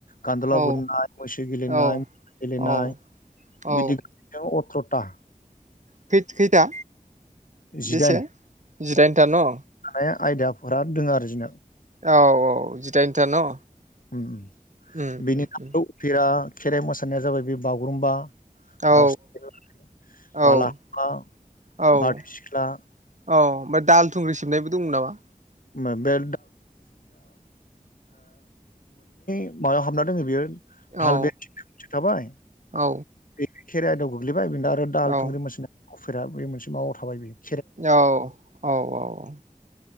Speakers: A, on the left; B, on the right.
A: कान्दला
B: औ
A: बुननाय मैसे मैसो गेलेनाय
B: औ औ
A: नाय बिदि
B: औ
A: अथ्र'था।
B: खै-खैथा
A: जिदाइन
B: बेसे जिदाइनथा न'।
A: बे आयदाफोरा दों आरो जिना
B: औ औ जिदाइनथा न'।
A: ओम
B: उम
A: बेनि
B: उम
A: नाम'
B: उम
A: उफेरा खेराइ मोसानाया जाबाय बे बागुरुम्बा।
B: औ औ
A: दाउस्रि देलाय
B: औ औ
A: बालाहामा
B: औ
A: बारदै सिख्ला
B: ओमफ्राय दाल थुंग्रि सिबनायबो दंमोन नामा
A: <unintelligible> ओ मोननै माबायाव हाबना दङो बियो दाहाल
B: औ
A: <unintelligible> थाबाय
B: औ
A: बे खेराइ आयदायाव गोग्लैबाय बेनिफ्राय आरो दाहाल
B: औ
A: थुंग्रि <unintelligible> बे मोनसे माबायाव थाबाय बेयो ।
B: औ औ औ ।